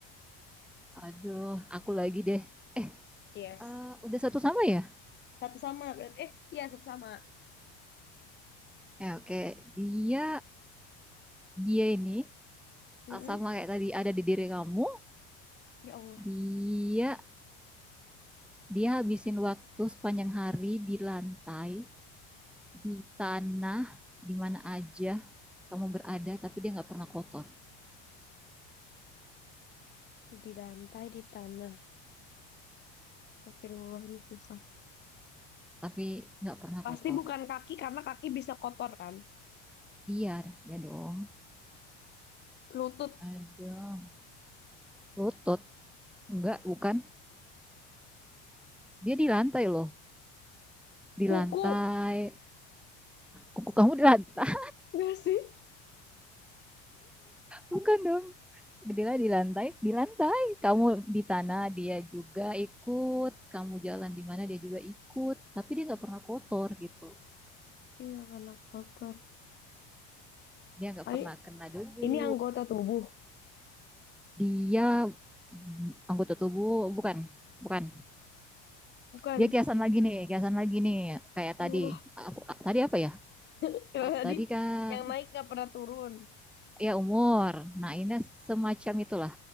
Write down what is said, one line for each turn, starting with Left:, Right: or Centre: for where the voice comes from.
Centre: Aduh, aku lagi deh. Eh,
Left: Yes.
Centre: eh, udah satu sama ya?
Left: Satu sama berarti. Eh, iya satu sama.
Centre: Ya, oke. Dia, dia ini
Left: Mm-mm.
Centre: eh, sama kayak tadi ada di diri kamu.
Left: Ya Allah,
Centre: Dia, dia habisin waktu sepanjang hari di lantai, di tanah, di mana aja kamu berada, tapi dia nggak pernah kotor.
Left: di lantai di tanah. Astagfirullah ini susah.
Centre: Tapi nggak pernah
Left: Pasti
Centre: kotor.
Left: bukan kaki karena kaki bisa kotor kan.
Centre: Iya, ya dong.
Left: Lutut,
Centre: Aduh, lutut. Enggak, bukan. Dia di lantai loh. Di
Left: kuku.
Centre: lantai, kuku kamu di lantai
Left: Enggak sih?
Centre: bukan dong Gedela di lantai di lantai kamu di tanah dia juga ikut kamu jalan di mana dia juga ikut tapi dia nggak pernah kotor gitu
Left: Iya karena kotor.
Centre: dia nggak
Left: Tapi
Centre: pernah kena debu
Left: Ini anggota tubuh,
Centre: dia anggota tubuh bukan bukan
Left: bukan.
Centre: dia kiasan lagi nih kiasan lagi nih kayak tadi
Left: Wah,
Centre: aku tadi apa ya
Left: <laughs> tadi
Centre: tadi kan
Left: yang naik nggak pernah turun.
Centre: ya umur nah ini semacam itulah